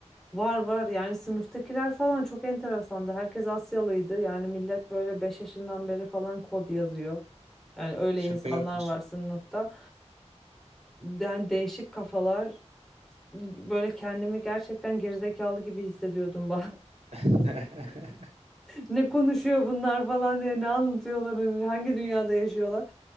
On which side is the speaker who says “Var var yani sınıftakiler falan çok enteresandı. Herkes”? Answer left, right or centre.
Centre